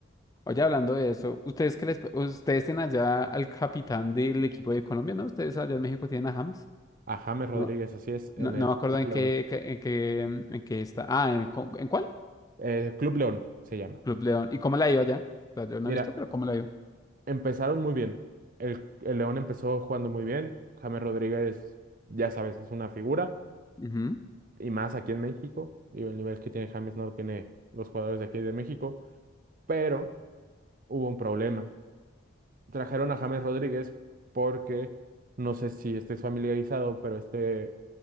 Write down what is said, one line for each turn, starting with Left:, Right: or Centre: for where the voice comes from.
Left: Oye, hablando de eso, ¿ustedes qué les, ustedes tienen allá al capitán del equipo de Colombia, ¿no? Ustedes allá en México tienen a James.
Right: A James Rodríguez,
Left: No,
Right: así es, en
Left: no, no
Right: el
Left: me acuerdo
Right: Club
Left: en
Right: León.
Left: qué, qué- en qué, en qué está. Ah, ¿en, cu- en cuál?
Right: Eh, Club León se llama.
Left: Club León. ¿Y cómo la ha ido allá? O sea, yo
Right: Mira,
Left: no he visto, pero ¿cómo la ha ido?
Right: empezaron muy bien. El, el León empezó jugando muy bien. James Rodríguez, ya sabes, es una figura.
Left: Ujú,
Right: Y más aquí en México. Digo, el nivel que tiene James no lo tiene los jugadores de aquí de México. Pero hubo un problema. Trajeron a James Rodríguez porque, no sé si estés familiarizado, pero este,